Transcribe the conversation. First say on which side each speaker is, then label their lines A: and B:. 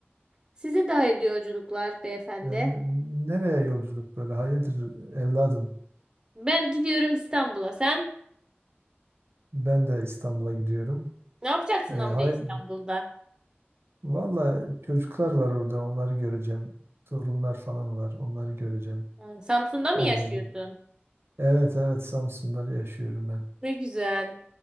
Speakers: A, on the right; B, on the right.
A: Size de hayırlı yolculuklar beyefendi.
B: E, n- nereye yolculuk böyle? Hayırdır evladım?
A: Ben gidiyorum İstanbul'a. Sen
B: Ben de İstanbul'a gidiyorum.
A: ne yapacaksın
B: E, hay
A: amca İstanbul'da?
B: Valla çocuklar var orada. Onları göreceğim. Torunlar falan var. Onları göreceğim.
A: Ha, Samsun'da mı
B: Öyle
A: yaşıyorsun?
B: bir. Evet evet Samsun'da yaşıyorum ben.
A: Ne güzel.